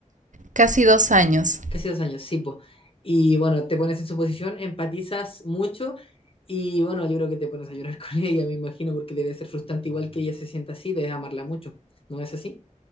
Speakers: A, on the right; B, on the left.
A: Casi dos años.
B: Casi dos años, sí, pues. Y bueno, te pones en su posición, empatizas mucho y bueno, yo creo que te pones a llorar <laughs> con ella, me imagino, porque debe ser frustrante igual que ella se sienta así, debes amarla mucho. ¿No es así?